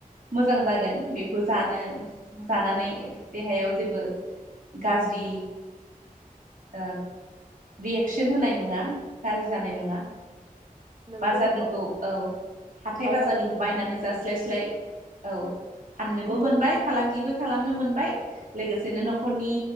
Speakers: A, on the right (about 70°); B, on the right (about 40°).
A: मोजां जागोन बेखौ बोजानो जानानै देहायाव जेबो गाज्रि ओब रियेकसन होनाय नङा गाज्रि जानाय नङा।
B: नोंगौथ'
A: बाजारनिखौ औ हाथाय-बाजारनिखौ
B: बाजारनिखौ
A: बायनानै
B: उम
A: जास्लायस्लाय औ। फाननोबो
B: गुबुन
A: मोनबाय फालांगिबो खालामनो मोनबाय लोगोसेनो न'खरनि